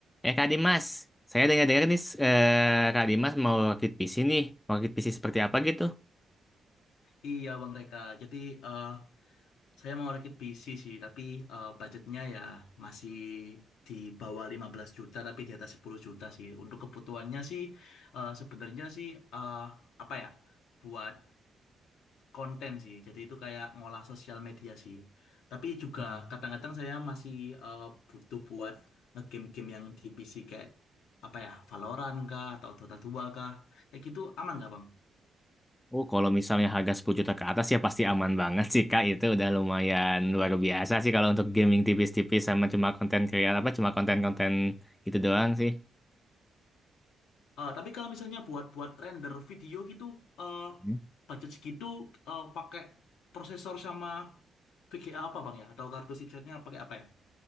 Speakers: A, on the left (about 20°); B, on the left (about 80°).
A: Eh Kak Dimas, saya dengar-dengar nih eh, Kak Dimas mau rakit PC nih. Mau rakit PC seperti apa gitu?
B: Iya Bang Reka, jadi eh, saya mau rakit PC sih, tapi eh, budgetnya ya masih di bawah 15 juta, tapi di atas 10 juta sih. Untuk kebutuhannya sih, eh, sebenarnya sih, eh, apa ya, buat konten sih. Jadi itu kayak ngolah sosial media sih. Tapi juga
A: Mhm.
B: kadang-kadang saya masih eh, butuh buat nge-game-game yang di PC kayak, apa ya, Valorant kah, atau Dota 2 kah. Kayak gitu aman nggak Bang?
A: Oh, kalau misalnya harga 10 juta ke atas ya pasti aman banget sih Kak. Itu udah lumayan luar biasa sih kalau untuk gaming tipis-tipis sama cuma konten kreatif apa cuma konten-konten itu doang sih.
B: Eh, tapi kalau misalnya buat-buat render video gitu, eh,
A: Mhm.
B: budget segitu eh, pakai prosesor sama VGA apa bang ya? Atau kartu chipsetnya pakai apa ya?